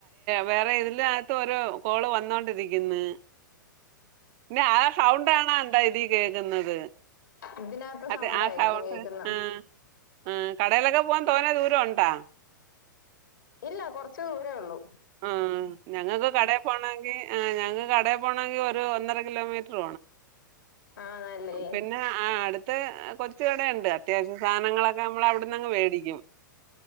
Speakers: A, on the right (about 40°); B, on the left (about 75°).
A: വേറെ ഇതിന്റെകത് ഒരു കോള് വന്നോണ്ടിരിക്ന് പിന്നെ ആ സൗണ്ടാ ണാ എന്താ ഇതി കേൾക്കുന്നത്
B: ഇതിനകത്ത്
A: അത
B: സൗണ്ടായിരിക്കും
A: ആ സൗണ്ട്
B: കേക്കുന്ന
A: ആ ആ കടയിലൊക്കെ പോവാൻ തോന്നേ ദൂരം ഉണ്ടാ
B: ഇല്ല കൊറ്ച് ദൂരേ ഒള്ളൂ
A: ആ ഞങ്ങക്ക് കടയി പോണങ്കി ആ ഞങ്ങക്ക് കടയി പോണേങ്കി ഒരു ഒന്നര കിലോമീറ്റർ
B: ആണല്ലേ
A: പിന്നെ ആ അട്ത് ത്ത് കൊച് ഇവെടെണ്ട് അത്യാവശ്യ സാനങ്ങളൊക്കെ നമ്മള് അവിടന്നങ്ങ് വെടിക്കും